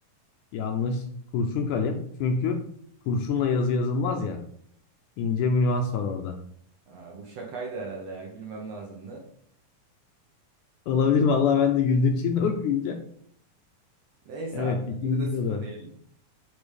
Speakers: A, on the left (about 75°); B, on the right (about 65°).
A: Yanlış. Kurşun kalem. Çünkü kurşunla yazı yazılmaz ya. İnce bir nüans var orada.
B: Ha, bu şakaydı herhalde ya. Gülmem lazımdı.
A: Olabilir vallahi ben de güldüm şimdi okuyunca.
B: Neyse
A: Evet,
B: abi.
A: ikinci
B: Bir de sıfır
A: soru.
B: diyelim.